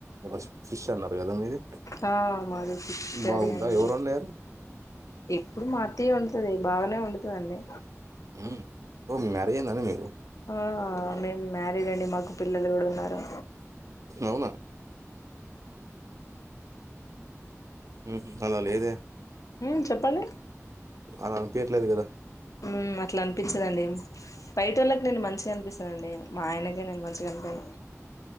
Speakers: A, on the right; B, on the left.
A: బస్ ఫిస్ అన్నారు కదా మీది
B: ఆ మాది ఫిష్ కర్రీ
A: బాగుందా
B: అండి,
A: ఎవరు వండారు
B: ఎప్పుడు మా అత్తయ్య వండుతది బాగానే వండు తాన్ని
A: హు, ఓ మ్యరేజ్ ఐందని మీకు
B: ఆ మేమ్ మ్యారీడ్ అండి, మాకు పిల్లలు కూడా ఉన్నారు.
A: ఔనా ఉహ్, అలా లేదె
B: ఉమ్ చెప్పండి
A: అలా అనిపియ్ ట్లేదు కదా.
B: ఉ, అట్ల అనిపించదండి బయటొళ్ళక్ నేను మంచిగా అనిపిస్ అండి మా ఆయనకే నేను మంచిగా అనిపెను.